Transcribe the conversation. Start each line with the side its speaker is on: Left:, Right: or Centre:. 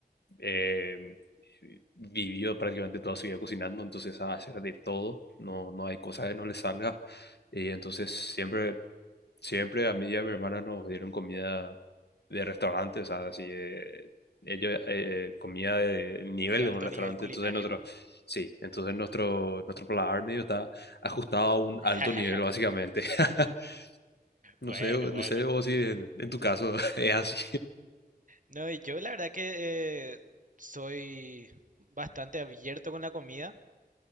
Left: eh, vivió prácticamente toda su vida cocinando, entonces sabe hacer de todo, no, no hay cosa que no le salga. Y entonces siempre, siempre a mí y a mi hermana nos dieron comida de restaurantes, o sea, así de- ellos eh, comida de nivel
Right: De alto
Left: de un restaurante,
Right: nivel culinario.
Left: entonces nosotros, sí, entonces nuestro, nuestro paladar medio está ajustado a un
Right: <laughs>
Left: alto nivel, básicamente. <laughs> No
Right: Bueno,
Left: sé, no
Right: bueno.
Left: sé vos si en, en tu caso <laughs> es así.
Right: No, y yo la verdad que eh, soy bastante abierto con la comida,